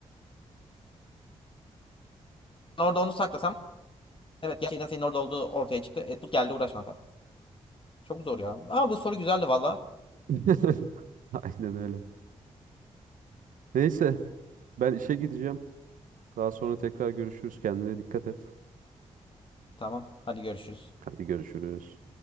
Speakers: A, on the left (about 40°); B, on the right (about 85°).
A: orada onu saklasam Evet gerçekten senin orada olduğu ortaya çıktı. E, tut geldi uğraş kanka. Çok zor ya. Ama bu soru güzeldi valla.
B: <laughs> Aynen öyle. Neyse ben işe gideceğim. Daha sonra tekrar görüşürüz. Kendine dikkat et.
A: Tamam hadi görüşürüz.
B: Hadi görüşürüz.